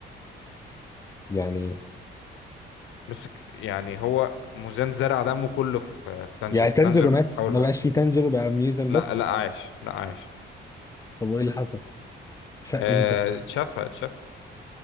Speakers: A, on the left; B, on the left.
A: يعني
B: بس ك- يعني هو مuzan زرع دمه كله في في تانجر
A: يعني تانجيرو
B: في تانجر بتحاول
A: مات ما
B: بقى
A: بقاش فيه تانجيرو بقى ميوزن
B: لا
A: بس
B: لا عايش لا عايش
A: طب وايه اللي حصل فاق
B: آه،
A: امتى
B: اتشفى اتشفى